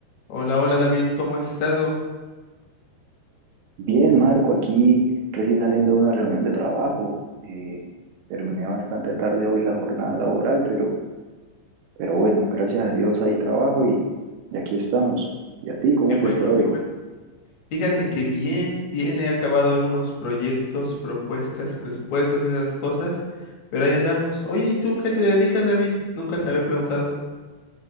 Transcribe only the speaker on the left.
Hola, hola David, ¿cómo has estado?
Qué
bueno,
qué bueno. Fíjate que bien, bien, he acabado algunos proyectos, propuestas, presupuestos y esas cosas, pero ahí andamos. Oye, ¿y tú qué te dedicas, David? Nunca te había preguntado.